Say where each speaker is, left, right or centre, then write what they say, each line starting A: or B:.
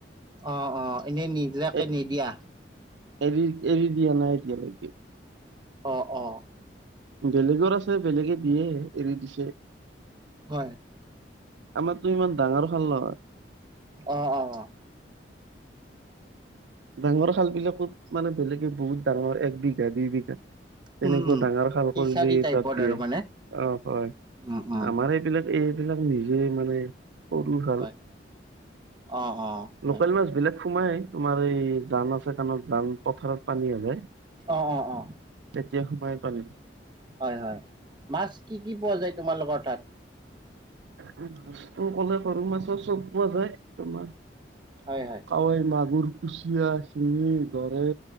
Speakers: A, on the right (about 25°); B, on the right (about 70°).
A: অ', অ', এনে নিজাকে
B: এ
A: নিদিয়া?
B: এৰি এৰি দিয়া নাই এতিয়ালৈকে।
A: অ', অ'।
B: বেলেগৰ আছে বেলেগে দিয়ে এৰি দিছে।
A: হয়।
B: আমাৰতো ইমান ডাঙৰ খাল নহয়।
A: অ', অ', অ'।
B: ডাঙৰ খাল বিলাকত মানে বেলেগে বহুত ডাঙৰ এক বিঘা দুই বিঘা তেনেকুৱা
A: উম উম
B: ডাঙৰ খাল
A: ফিচাৰী
B: কৰিলে
A: টাইপত
B: তাত দিয়ে
A: আৰু
B: অ',
A: মানে
B: হয়,
A: উম উম
B: আমাৰ এইবিলাক এইবিলাক নিজে মানে সৰু খাল,
A: হয় অ অ হয়
B: লোকেল মাছ বিলাক সোমাই তোমাৰ এই জান আছে কাণত জান পথাৰত পানী হৈ যায়।
A: অ অ অ
B: তেতিয়া সোমাই পানী।
A: হয়, হয়, মাছ কি কি পোৱা যায় তোমালোকৰ তাত?
B: মাছটো ক'লে সৰু মাছৰ চব পোৱা যায় তোমাৰ।
A: হয় হয়
B: কাঐ, মাগুৰ কুচিয়া, শিঙি, গৰে,